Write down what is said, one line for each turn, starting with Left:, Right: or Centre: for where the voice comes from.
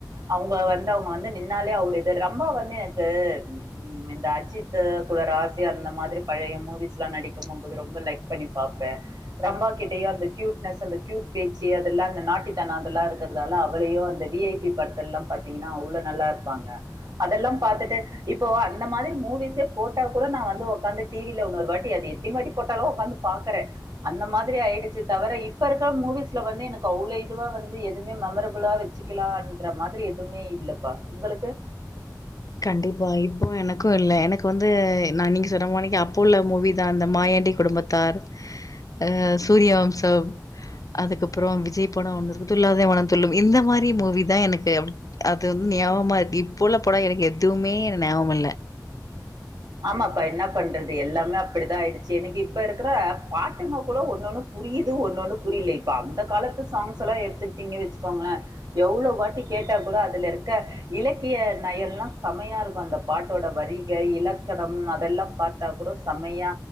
Right: அவுங்க வந்து அவுங்க வந்து நின்னாலே ரம்பா வந்து எனக்கு ம் இந்த அஜித்து கூட ராசிய இருந்த மாதிரி பழய மூவிஸ்லா நடிக்க போம்போது ரொம்ப லைக் பண்ணி பாப்பே ரம்பா கிட்டயு அந்த க்யூட்னஸ் அந்த க்யூட் பேச்சி அதெல்லா அந்த நாட்டித்தன அதுலா இருக்றதால அவளயு அந்த வி ஐ பி படத்தெல்லா பாத்தீங்கனா அவ்ளோ நல்லா இருப்பாங்க அதெல்லா பாத்துட்டு இப்போ அந்த மாதிரி மூவிஸே போட்டா கூட நா வந்து ஒக்காந்து டீ வி இல்ல இன்னொரு வாட்டி அது எத்தின்வாட்டி போட்டாலு ஒக்காந்து பாக்றே அந்த மாதிரி ஆயிடுச்சு தவிர இப்ப இருக்க மூவிஸ் வந்து எனக்கு அவ்ளோ இதுவா வந்து எதுமே மெமரபுளா வச்சிக்கிலான்ற மாதிரி எதுமே இல்லப்பா உங்களுக்கு
Left: கண்டிப்பா இப்போ எனக்கு இல்ல எனக்கு வந்து நா நீங்க சொன்ன மாணிக்கு அப்போ உள்ள மூவி தா இந்த மா யாண்டி குடும்பத்தார் அ சூரியவம்சம் அதுக்கப்புறம் விஜய் பட ஒண்ணு இருக்கு துள்ளாதே மன துள்ளும் இந்த மாரி மூவி தா எனக்கு அது வந்து ஞாபமா இருக்கு இப்ப உள்ள பட எனக்கு எதுமே ஞாபம் இல்ல
Right: ஆமாப்பா என்ன பண்றது எல்லாமே அப்படிதா ஆயிடுச்சி எனக்கு இப்ப இருக்கிற பாட்டுங்க கூட ஒன்னொண்ணு புரிது ஒன்னொன்னு புரிலேப்பா அந்த காலத்து சாங்ஸ் எல்லா எடுத்துக்டீங்க வச்சிக்கோங்ளே எவ்ளோ வாட்டி கேட்டா கூட அதுல இருக்க இலக்கிய நய எல்லா செம்மையா இருக்கு அந்த பாட்டோட வரிகை இலக் கடம் அதெல்லா பாத்தா கூட செம்மையா